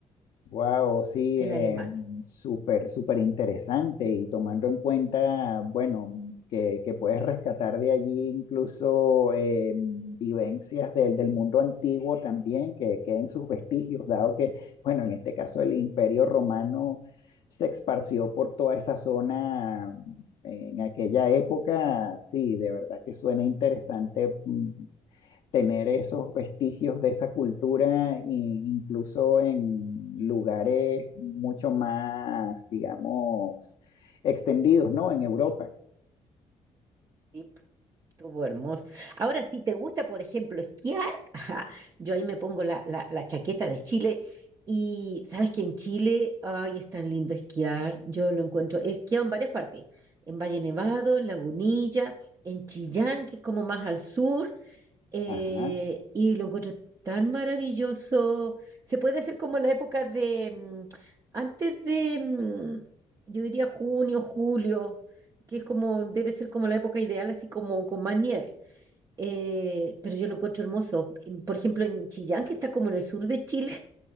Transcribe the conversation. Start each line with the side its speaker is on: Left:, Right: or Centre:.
Left: Wow, sí,
Right: en
Left: eh,
Right: Alemania.
Left: súper, súper interesante y tomando en cuenta, bueno, que, que puedes rescatar de allí incluso eh, vivencias del, del mundo antiguo también, que queden sus vestigios, dado que, bueno, en este caso el Imperio Romano se esparció por toda esa zona en aquella época, sí, de verdad que suena interesante. mm, tener esos vestigios de esa cultura, e incluso en lugares mucho más, digamos, extendidos, ¿no? En Europa.
Right: ¿Sí? Estuvo hermoso. Ahora, si te gusta, por ejemplo, esquiar, <laughs> ajá, yo ahí me pongo la, la- la chaqueta de Chile y sabes que en Chile, ay, es tan lindo esquiar. Yo lo encuentro, he esquiado en varias partes, en Valle Nevado, en Lagunilla, en Chillán, que es como más al sur, eh,
Left: Ajá.
Right: y lo encuentro tan maravilloso. Se puede hacer como en la época de, mm, antes de, mm, yo diría junio, julio, que es como, debe ser como la época ideal, así como con más nieve. Eh, pero yo lo encuentro hermoso. En- Por ejemplo, en Chillán, que está como en el sur de Chile,